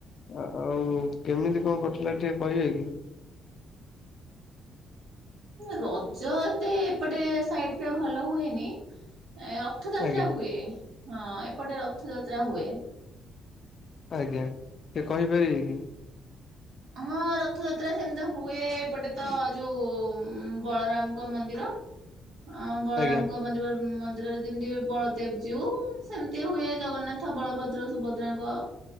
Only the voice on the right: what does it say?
ରଜ ଏତେ ଏପଟେ ସାଇଟିରେ ଭଲ ହୁଏନି। ଏ ରଥଯାତ୍ରା
ହୁଏ ହଁ ଏପଟେ ରଥଯାତ୍ରା ହୁଏ।
ହଁ ରଥଯାତ୍ରା ସେମିତି ହୁଏ ଏପଟେ ତ ଯୋଉ ବଳରାମଙ୍କ ମନ୍ଦିର। ହଁ ବଳରାମଙ୍କ
ମନ୍ଦିର ମନ୍ଦିରରେ ଯେମିତି ବଳଦେବ ଜିଉ ସେମିତି ହୁଏ ଜଗନ୍ନାଥ ବଳଭଦ୍ର ସୁଭଦ୍ରାଙ୍କ